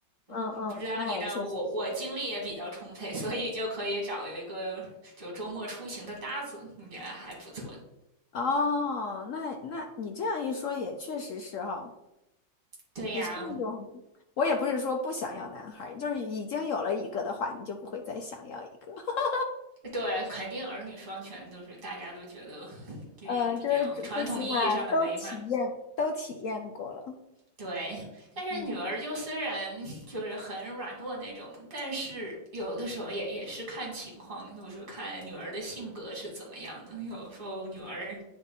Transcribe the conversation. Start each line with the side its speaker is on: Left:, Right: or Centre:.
Left: 嗯嗯，
Right: 嗯，不知道你那我我精力也比较充沛，
Left: 那也确实是。
Right: 所以就可以找一个就周末出行的搭子，我觉得还不错。
Left: 哦，那那你这样一说也确实是哈，
Right: 对呀，
Left: 是那种我也不是说不想要男孩儿，就是已经有了一个的话，你就不会再想要一个。<laughs>
Right: 对，肯定儿女双全都是大家都觉得就是比较传统意义上的美满。
Left: 呃，就是最最起码都体验都体验过了。
Right: 对，但是女儿就虽然
Left: 嗯，
Right: <laughs> 就是很软弱那种，但是有的时候也也是看情况，就是看女儿的性格是怎么样的。有时候女儿